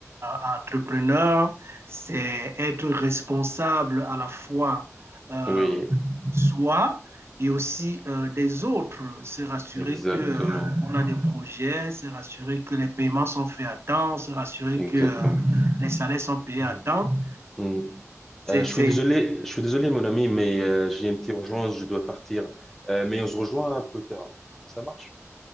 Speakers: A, on the right (about 50°); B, in the centre.
A: entrepreneur, c'est être responsable à la fois euh,
B: Oui,
A: soi et aussi euh, des autres. C'est rassurer
B: exactement.
A: que euh, on a des projets, c'est rassurer que les paiements sont faits à temps, c'est rassurer
B: Exactement.
A: que euh, les salaires sont payés
B: Mhm.
A: à temps.
B: Mhm.
A: C'est,
B: Euh, je
A: c'est...
B: suis désolé, je suis désolé, mon ami, mais euh, j'ai une petite urgence, je dois partir. Euh, mais on se rejoint plus tard. Ça marche?